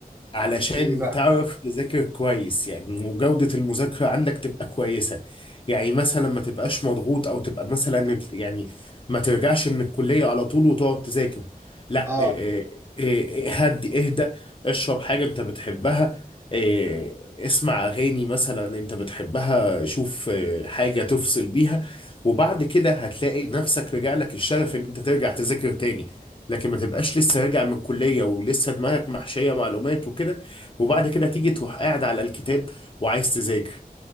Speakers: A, on the left; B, on the right.
A: علشان
B: ازاي بقى
A: تعرف تذاكر كويس يعني وجودة المذاكرة عندك تبقى كويسة يعني مثلا ما تبقاش مضغوط او تبقى مثلا يعني ما ترجعش من الكلية على طول وتقعد تذاكر لا
B: اه
A: إيه إيه إيه، هدي اهدى اشرب حاجة انت بتحبها إيه، اسمع اغاني مثلا انت بتحبها شوف إيه، حاجة تفصل بيها وبعد كده هتلاقي نفسك رجع لك الشغف ان انت ترجع تذاكر تاني لكن ما تبقاش لسه راجع من الكلية ولسه دماغك محشية معلومات وكده وبعد كده تيجي تروح قاعد على الكتاب وعايز تذاكر